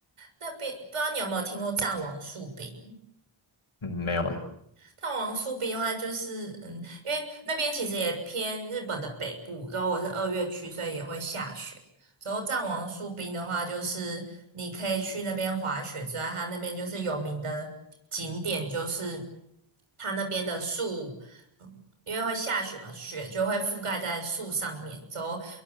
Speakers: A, on the right; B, on the left.
A: 那边不知道你有没有听过藏王树冰？
B: 嗯，没有诶。
A: 藏王树冰的话，就是嗯，因为那边其实也偏日本的北部，然后我是二月去，所以也会下雪。之后藏王树冰的话，就是你可以去那边滑雪之外，它那边就是有名的景点，就是它那边的树，嗯，因为会下雪嘛，雪就会覆盖在树上面，之后